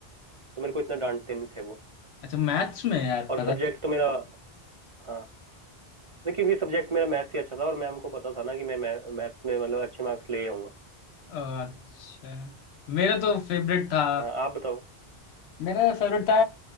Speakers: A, on the right (about 40°); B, on the left (about 80°).
A: तो मेरे को इतना डांटते नहीं थे वो
B: अच्छा मैथ्स में यार
A: और
B: पता
A: सब्जेक्ट तो मेरा हाँ नहीं क्योंकि सब्जेक्ट मेरा मैथ्स ही अच्छा था और मैम को पता था ना कि मैं मैथ्स में मतलब अच्छे मार्क्स ले आऊंगा
B: अ, अच्छा मेरा तो फेवरेट था
A: हाँ आप बताओ
B: मेरा फेवरेट था